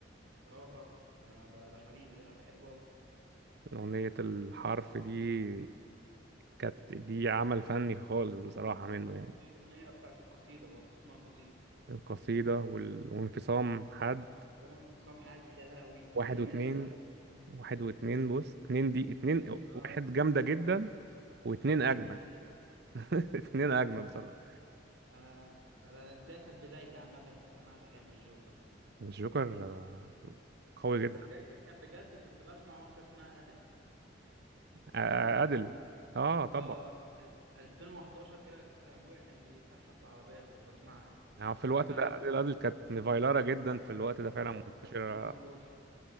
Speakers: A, on the right (about 85°); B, on the right (about 60°).
A: اه طبعا ده ده, ده حبيبي ده انا بحبه قوي
B: اغنية الحرف دي كانت دي عمل فني خالص بصراحة منه يعني
A: وفي اغنية بتاعت القصيدة برضه اسمها قصيدة
B: القصيدة وال... وانفصام حد
A: هو انفصام حاد يا لهوي
B: واحد
A: الاغنية
B: واتنين
A: دي ايقونة
B: واحد واتنين بص اتنين دي اتنين
A: اه
B: واحد جامدة جدا واتنين
A: واتنين
B: أجمل
A: كانت حلوة
B: <laughs> اتنين أجمل بصراحة
A: آه. انا انا ده كانت بدايتي عامه في سماع الاغاني الجوكر ده
B: الجوكر آه، قوي
A: بس
B: جدا
A: بدايتي اللي كانت بجد كنت بسمع واحده اسمها ادل
B: آه، أدل اه طبعا
A: اه ال- 2011 كده كان ابويا كان بيفتحها في العربيه كنت بسمعها
B: يعني في
A: كنت
B: الوقت
A: بحبها
B: ده
A: قوي
B: أدل أدل كانت مفايلارة جدا في الوقت ده فعلا
A: اه
B: منتشرة
A: 2011